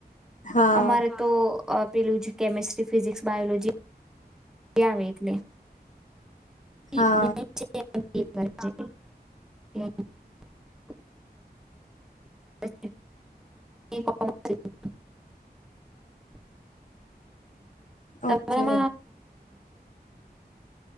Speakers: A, on the left (about 45°); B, in the centre.
A: હા
B: અમારે તો અ પેલું, <unintelligible> કેમેિસ્ટ્રી ફિઝિક્સ બાયોલોજી <unintelligible> આવે એટલે <inaudible>
A: હા
B: <inaudible> એટલે <unintelligible>
A: ઓકે
B: પેલું